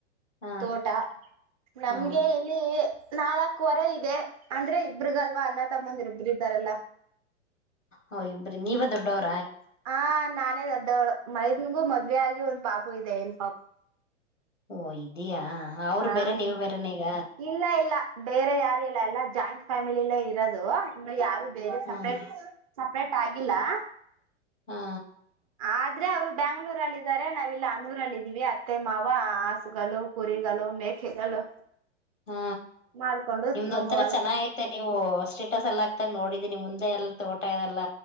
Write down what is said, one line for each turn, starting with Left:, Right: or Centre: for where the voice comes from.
Left: ಹ
Right: ತೋಟ ನಮ್ಗೆ
Left: ಹಾ
Right: ಇಲ್ಲಿ ನಾಲ್ಕವರೆ ಇದೆ ಅಂದ್ರೆ ಇಬ್ರಗಲ್ವಾ ಅಣ್ಣ ತಮ್ಮಂದರು ಇಬರು ಇದ್ದಾರಲ್ಲ
Left: ಹೌ ಇಬ್ರಿ ನೀವ ದೊಡ್ಡವ್ರ
Right: ಹ ನಾನೇ ದೊಡ್ಡವಳು ಮೈದನಗೂ ಮದ್ ಮದುವೆ ಆಗಿ ಒಂದ್ ಪಾಪ ಇದೆ ಹೆಣ್ಣ ಪಾಪು
Left: ಓ ಇದೆಯ ಹ ಅವ್ರು
Right: ಹಾ
Left: ಬೇರೆ ನೀವು ಬೇರೆ ನೀಗ
Right: ಇಲ್ಲ ಇಲ್ಲ ಬೇರೆ ಯಾರು ಇಲ್ಲ ಎಲ್ಲ ಜಾಯಿಂಟ್ ಫ್ಯಾಮಿಲಿ ಎಲ್ಲ ಇರೋದುನ್ನು ಯಾರು ಬೇರೆ
Left: ಹ್ಮ್
Right: ಸಪ್ರೇಟ್ ಸಪ್ರೇಟ್ ಆಗಿ ಇಲ್ಲಾ
Left: ಹಾ
Right: ಆದ್ರೆ ಅವರು ಬ್ಯಾಂಗ್ಳೂರಲ್ಲ ಇದಾರೆ ನಾವ ಇಲ್ಲ ಅನೂರಲ್ಲ ಇದೀವಿ ಅತ್ತೆ ಮಾವ ಹಸುಗಳು ಕುರಿಗಳು ಮೇಕೆಗಳು
Left: ಹ್ಮ
Right: ಮಾಡ್ಕೊಂಡು
Left: ನಿಮ್ದ ಒಂತರ
Right: ಹೊಲ
Left: ಚೆನ್ನ ಐತೆ ನೀವು ಅಷ್ಟೇ ಲ್ ಆಗ್ತಾ ನೋಡೀಮ ಹಂದೆ ಎಲ್ಲ ತೋಟ ಇದೆಲ್ಲ